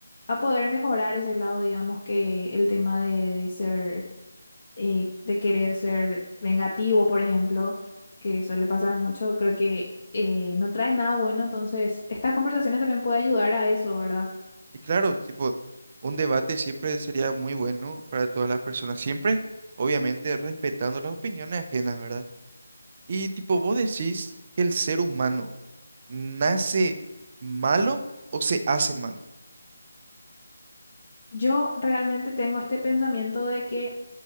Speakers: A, on the left; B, on the right.
A: a poder mejorar ese lado, digamos, que el tema de, de ser, eh, de querer ser vengativo, por ejemplo, que suele pasar mucho, creo que eh, no trae nada bueno, entonces estas conversaciones también pueden ayudar a eso, ¿verdad?
B: Y claro, tipo, un debate siempre sería muy bueno para todas las personas, siempre, obviamente, respetando las opiniones ajenas, ¿verdad? Y tipo, ¿vos decís que el ser humano nace malo o se hace malo?
A: Yo realmente tengo este pensamiento de que